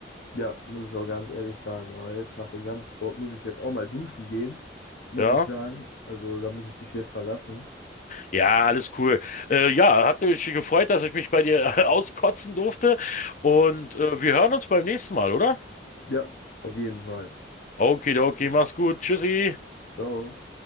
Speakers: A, on the left; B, on the left.
A: Ja, muss ich auch ganz ehrlich sagen. Aber jetzt nach dem ganzen Sport muss ich jetzt auch mal duschen gehen, muss
B: Ja?
A: ich sagen. Also da muss ich dich jetzt verlassen.
B: Ja, alles cool. Äh, ja, hat mich gefreut, dass ich mich bei dir <laughs> auskotzen durfte. Und äh, wir hören uns beim nächsten Mal, oder?
A: Ja, auf jeden Fall.
B: Okidoki, mach's gut. Tschüssi.
A: Ciao.